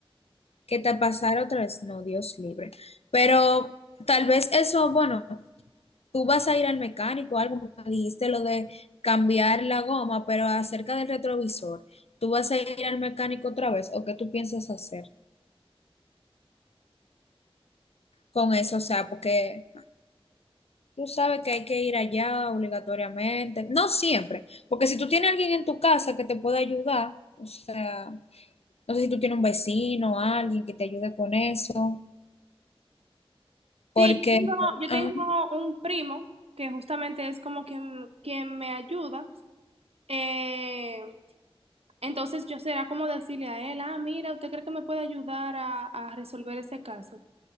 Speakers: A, on the left; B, on the right.
A: que te pasara otra vez, no, Dios libre. Pero tal vez eso, bueno, tú vas a ir al mecánico, algo, me dijiste lo de cambiar la goma, pero acerca del retrovisor, ¿tú vas a ir al mecánico otra vez o qué tú piensas hacer con eso? O sea, porque tú sabes que hay que ir allá obligatoriamente, no siempre, porque si tú tienes alguien en tu casa que te pueda ayudar, o sea, no sé si tú tienes un vecino o alguien que te ayude con eso, porque...
B: Sí, yo tengo, yo
A: ajá.
B: tengo un primo que justamente es como quien, quien me ayuda. Eh, entonces yo será como decirle a él, ah, mira, ¿usted cree que me puede ayudar a, a resolver ese caso?